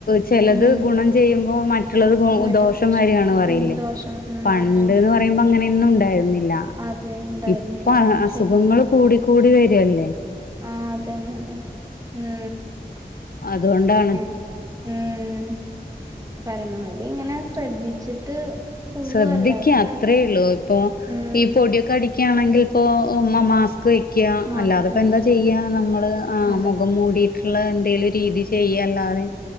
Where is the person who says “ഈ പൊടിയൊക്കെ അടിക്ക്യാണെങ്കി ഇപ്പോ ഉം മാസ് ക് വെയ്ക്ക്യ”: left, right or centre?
Left